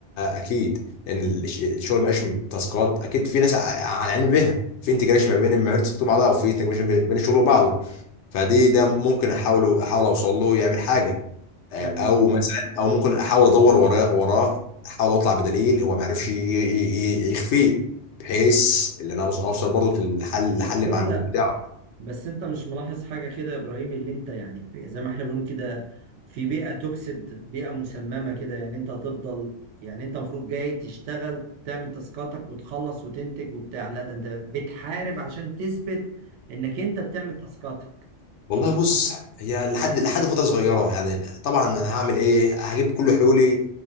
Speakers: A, on the left; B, on the right.
A: اكيد لان الش- الشغل مبقاش م- تاسكات اكيد في ناس ع- على علم بيها في انتجريشن ما بين المهارات اللي بتكتب بعضها وفي انتجريشن بين الشغل وبعضه فدي ده ممكن احاول احاول اوصل له يعمل حاجه آه،
B: تمام
A: او مثلا او ممكن احاول ادور وراه وراه احاول اطلع بدليل هو ما عرفش ي- ي- ي- يخفيه بحيث ان انا أوص- اوصل برضه للحل
B: بس
A: الحل
B: انت
A: مع المدير بتاعه
B: بس انت مش ملاحظ حاجه كده يا ابراهيم اللي انت يعني في- زي ما احنا بنقول كده في بيئه توكسيد بيئه مسممه كده يعني انت هتفضل يعني انت المفروض جاي تشتغل تعمل تاسكاتك وتخلص وتنتج وبتاع لا ده انت بتحارب عشان تثبت انك انت بتعمل تاسكاتك
A: والله بص هي لحد لحد فتره صغيره يعني طبعا انا هعمل ايه هجيب كل حلولي